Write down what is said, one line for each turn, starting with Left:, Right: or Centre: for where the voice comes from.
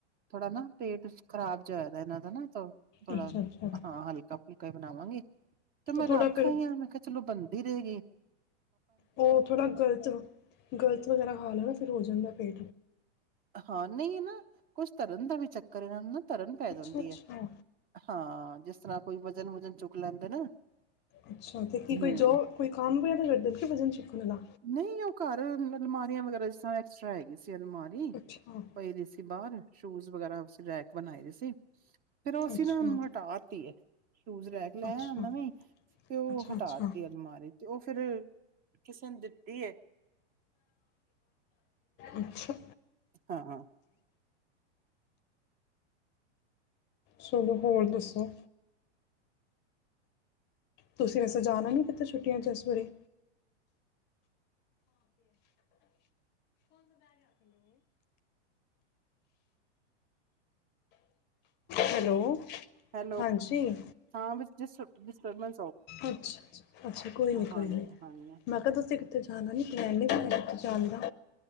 Right: ਥੋੜਾ ਨਾ ਪੇਟ ਖ਼ਰਾਬ ਜਾਇਦਾ ਇਹਨਾਂ ਦਾ ਨਾ ਥੋੜਾ
Left: ਅੱਛਾ ਅੱਛਾ
Right: ਹਾਂ ਹਲਕਾ ਕੋਈ ਬਣਾਵਾਂਗੇ ਤੇ ਮੈਂ
Left: ਥੋੜ੍ਹਾ
Right: ਰਾਖਾਂ
Left: ਫਿਰ
Right: ਹੀ ਆ ਮੈਂ ਕਿਹਾ ਬਣਦੀ ਰਹੇ ਗਈ
Left: ਉਹ ਥੋੜ੍ਹਾ ਗ਼ਲਤ ਗ਼ਲਤ ਵਗੈਰਾ ਹਾਲ ਨਾ ਫਿਰ ਹੋ ਜਾਂਦਾੇ
Right: ਹਾਂ ਨਹੀਂ ਨਾ ਕੁਛ ਧਰਨ ਦਾ ਵੀ ਚੱਕਰ ਹੈਨਾਂ ਨਾ ਤਰਨ ਪੈ
Left: ਅੱਛਾ
Right: ਜਾਂਦੀ
Left: ਅੱਛਾ
Right: ਹੈ ਹਾਂ ਜਿਸ ਤਰ੍ਹਾਂ ਕੋਈ ਵਜਨ ਵਜਨ ਚੁੱਕ ਲੈਂਦੇ ਨਾ
Left: ਅੱਛਾ ਤੇ ਕੀ
Right: ਹਮ
Left: ਕੋਈ ਜੋਬ ਕੋਈ ਕੰਮ ਵੀਦ ਕੇ ਵਜ਼ਨ ਚੱਕਣ ਦਾ
Right: ਨਹੀਂ ਉਹ ਘਰ ਅਲਮਾਰੀਆਂ ਵਗੈਰਾ ਐਕਸਟਰਾ ਹੈਗੀ ਸੀ ਅਲਮਾਰੀ
Left: ਅੱਛਾ
Right: ਪਈ ਰ ਸੀ ਬਾਹਰ ਸ਼ੂਜ ਵਗੈਰਾ ਰੈ ਕੇ ਬਣਾਏ ਦੀ ਸੀ ਫੇਿਰ ਉਹਸੀਂ
Left: ਅੱਛਾ
Right: ਨਾ ਹਟਾ ਦਿੱਤੀਏ ਸ਼ੂਜ ਰਹਿ
Left: ਅੱਛਾ
Right: ਕੇ ਲੈਆ
Left: ਅੱਛਾ
Right: ਨਵੀ ਤੇ ਉਹ ਹਟਾਤੀ
Left: ਅੱਛਾ
Right: ਅਲਮਾਰੀ ਤੇ ਉਹ ਫੇਿਰ ਕਿਸੇ ਨੇ ਦਿੱਤੀ ਹੈ
Left: ਅੱਛਾ
Right: ਹਾਂ ਹਾਂ
Left: ਸਹਾਨੂੰ ਹੋਰ ਦੱਸੋ ਤੁਸੀਂ ਵੈ ਸ ਜਾਣਾ ਨੀ ਕਿਤੇ ਛੁੱਟੀਆਂ ਚ ਇਸ ਬਾਰੇ ਹੈਲੋ
Right: ਹੈਲੋ
Left: ਹਾਂਜੀ
Right: ਹਾਂ ਵਿੱਚ ਜਿਸ ਬਿਸਪਰ ਮ
Left: ਅੱਛਾੱ ਅੱਛਾ ਕੋਈ ਨੀ ਕੋਈ
Right: ਹਾਂਜੀ
Left: ਨੀ
Right: ਹਾਂਜੀ ਹਾਂਜੀ,
Left: ਮੈਂ ਕਿਹਾ ਤੁਸੀਂ ਇੱਕ ਉੱਥੇ ਜਾਣਾ ਨ ਦਰੈਣੇ ਬ ਉੱਥਤੇ ਜਾਣ ਦਾ